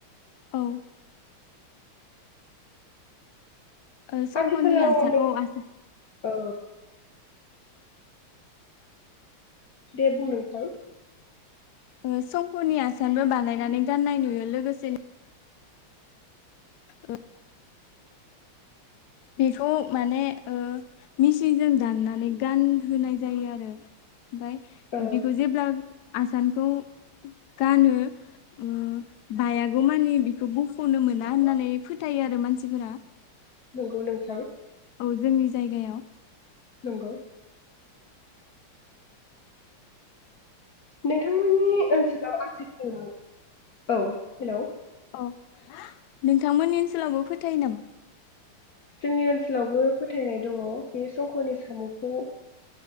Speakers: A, on the left; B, on the left.
A: औ ओ संकनि
B: आथिखालाव
A: आसान
B: नों
A: औ आसान
B: औ दे बुं नोंथां
A: ओ संकनि आसानबो बानायनानै गाननाय नुयो लोगोसेनो ओ बेखौ माने ओ-मिसिनजों दाननानै गानहोनाय जायो आरो। ओमफाय
B: औ
A: बेखौ जेब्ला आसानखौ गानो ओ बायागौ मानि बिखौ बखनो मोना होननानै फोथायो आरो मानसिफोरा
B: नंगौ नोंथां
A: औ जोंनि जायगायाव
B: नंगौ नोंथांमोननि ओनसोलाव आथिखालाव औ हेल'।
A: औ नोंथांमोननि ओनसोलावबो फोथायो नामा।
B: जोंनि ओनसोलावबो। फोथायनाय दङ बे संकनि साम'खौ। औ